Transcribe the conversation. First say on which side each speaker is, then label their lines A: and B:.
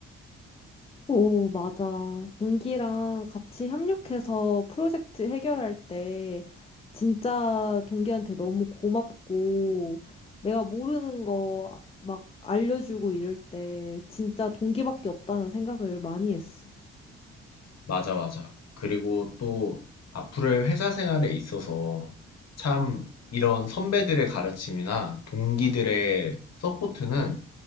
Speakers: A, on the left; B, on the left.
A: 오, 맞아. 동기랑 같이 협력해서 프로젝트 해결할 때 진짜 동기한테 너무 고맙고 내가 모르는 거 막 알려주고 이럴 때 진짜 동기밖에 없다는 생각을 많이 했어.
B: 맞아, 맞아. 그리고 또 앞으로의 회사 생활에 있어서 참 이런 선배들의 가르침이나 동기들의 서포트는,